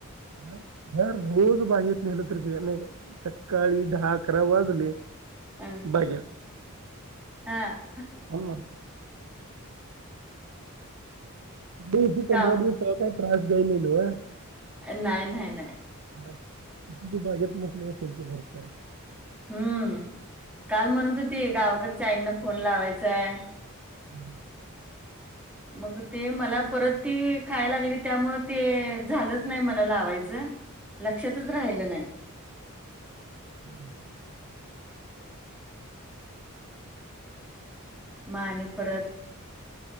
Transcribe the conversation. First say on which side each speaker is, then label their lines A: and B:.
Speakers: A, on the right; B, in the centre.
A: ह ह रोज बाहेरेत नेलं तरी नाही सकाळी दहा अकरा वाजले
B: अ
A: बजर
B: हा
A: हो दवस
B: काम
A: पंधरा दिवस काही त्रास दई म न
B: नाही नाही नाही
A: ह त बागेत नसली असेल तर घरच
B: हम्म काल म्हणून तर ते गावाकडच्या आईंना फोन लावायचाय
A: हं
B: मग ते मला परत ती खायला लागली त्यामु ते झालंच नाही मला लावायचं लक्षातच राहिलं नाही
A: ह ह ह
B: मग आणि परत